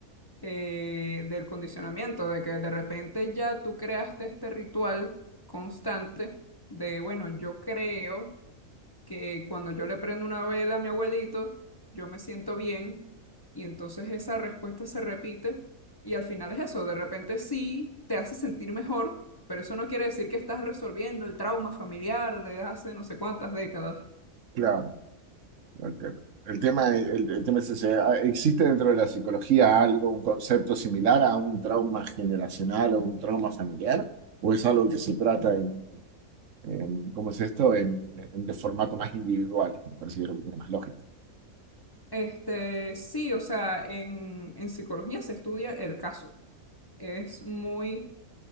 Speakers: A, on the left; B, on the right.
A: eh, del condicionamiento, de que de repente ya tú creaste este ritual constante de, bueno, yo creo que cuando yo le prendo una vela a mi abuelito, yo me siento bien, y entonces esa respuesta se repite, y al final es eso, de repente sí te hace sentir mejor, pero eso no quiere decir que estás resolviendo el trauma familiar de hace no sé cuántas décadas.
B: Claro, entiendo. El tema, el, el tema es ese. Ah, ¿Existe dentro de la psicología algo, un concepto similar a un trauma generacional o un trauma familiar? ¿O es algo que se trata en, en- ¿cómo es esto? En, en de formato más individual, que me parece que es lo que tiene más lógica.
A: Este, sí, o sea, en, en psicología se estudia el caso. Es muy